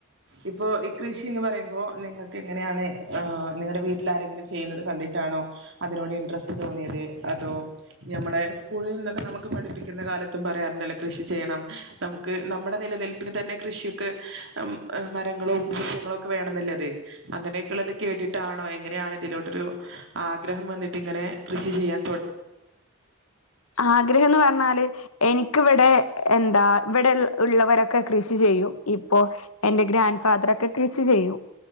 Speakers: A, on the right; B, on the left.
A: ഇപ്പൊ കൃഷിന്ന് പറയുമ്പോൾ നിങ്ങൾക്ക് എങ്ങനെയാണ് നിങ്ങളുടെ വീട്ടിൽ ആരെങ്കിലും ചെയ്യുന്നത് കണ്ടിട്ടാണോ അതിനോട് ഇൻട്രസ്റ്റ് തോന്നിയത് അതോ നഞമ്മളെ സ്കൂളിൽ നിന്നൊക്കെ നമുക്ക് പഠിപ്പിക്കുന്ന കാലത്തും പറയാറുണ്ടല്ലോ കൃഷി ചെയ്യണം നമുക്ക് നമ്മുടെ നിലനിൽ പിൻ തന്നെ കൃഷി ക്കെ മരങ്ങളും വൃശ്യങ്ങളും ഒക്കെ വേണം എന്നല്ലത് അങ്ങനെയൊക്കെ ഉള്ളത് കേട്ടിട്ട് ട്ടാ ണോ എങ്ങനെയാണ് ഇതിലോട്ടൊരു ആഗ്രഹം വന്നിട്ട് ഇങ്ങനെ കൃഷി ചെയ്യാ
B: ആഗ്രഹംന്ന് പറഞ്ഞാല് എനിക്കിവിടെ എന്താ ഇവിടെ ഉള്ളവരൊക്കെ കൃഷി ചെയ്യും ഇപ്പോ എന്റെ ഗ്രാൻഡ് ഫാദറൊക്കെ കൃഷി ചെയ്യും